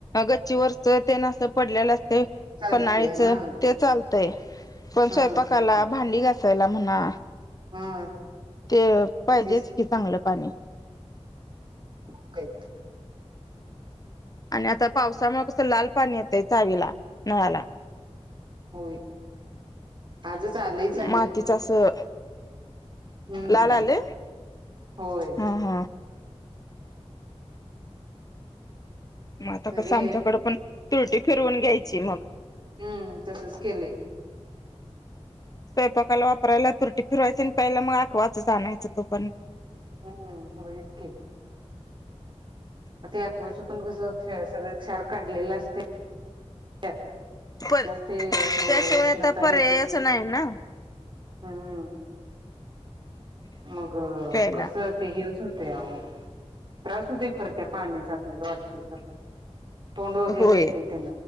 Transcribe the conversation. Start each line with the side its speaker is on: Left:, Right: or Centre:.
Left: गच्चीवरच त्यान अस पडलेलं ते
Right: चालते
Left: पन्हाळीच
Right: हा
Left: ते चालतय. पण
Right: हा
Left: स्वयंपाकाला भांडी घासायला- घासायला म्हणा.
Right: हा
Left: ते पाहिजेच
Right: तेच
Left: कि चांगलं पाणी.
Right: <inaudible>
Left: आणि आता पावसामुळे कसं लाल पाणी येतंय चावीला नळाला.
Right: होय. आजच आलंयच आणि-
Left: मातीच असं
Right: हम्म
Left: लाल आले
Right: होय.
Left: हा हा मग आता
Right: तरी
Left: कसं आमच्याकडं पण तुरटी फिरवून घ्यायची मग.
Right: हम्म तसच केलय.
Left: स्वयंपाकायला वापरायला तुरटी फिरवायची आणि प्यायला मग एक्वा आणायचं तोपर्यंत
Right: हम्म व्हय कि. ते एक्वा पण कस क सगळ क्षार काढलेला असतय. त्यास
Left: पण
Right: ते असल
Left: त्याशिवाय
Right: उष्णता
Left: आता पर्यायच
Right: येत्या.
Left: नाही ना
Right: हम्म. मग
Left: प्यायला
Right: कस ते हेच होतय अहो त्रास होतोय खरं त्या पाण्याच आपल्याला वाटतय खरं. तोंड वगैरे
Left: होय
Right: येतंय त्यान.